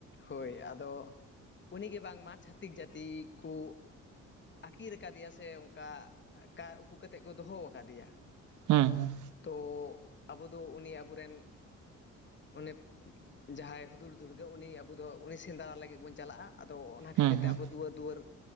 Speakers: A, on the left; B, on the right.
A: ᱦᱳᱭ ᱟᱫᱚ ᱩᱱᱤᱜᱮ ᱵᱟᱝᱢᱟ ᱪᱷᱟᱹᱛᱤᱠ ᱡᱟᱹᱛᱤ ᱠᱚ ᱟᱹᱠᱤᱨ ᱟᱠᱟᱫᱮᱭᱟ ᱥᱮ ᱚᱱᱠᱟ ᱠᱟ ᱩᱠᱩ ᱠᱟᱛᱮᱫ ᱠᱚ ᱫᱚᱦᱚ ᱟᱠᱟᱫᱮᱭᱟ
B: ᱦᱮᱸ
A: ᱛᱚ ᱟᱵᱚ ᱫᱚ ᱩᱱᱤ ᱟᱵᱚᱨᱮᱱ ᱚᱱᱮ ᱡᱟᱦᱟᱸᱭ ᱦᱩᱫᱩᱲᱼᱫᱩᱲᱜᱟᱹ ᱩᱱᱤ ᱟᱵᱚ ᱩᱱᱤ ᱥᱮᱸᱫᱽᱨᱟ ᱞᱟᱹᱜᱤᱫ ᱵᱚᱱ ᱪᱟᱞᱟᱜᱼᱟ ᱟᱫᱚ ᱚᱱᱟ
B: ᱦᱩᱸ
A: ᱠᱷᱟᱹᱛᱤᱨ ᱛᱮ
B: ᱦᱩᱸ
A: ᱟᱵᱚ ᱫᱩᱣᱟᱹᱨ ᱫᱩᱣᱟᱹᱨ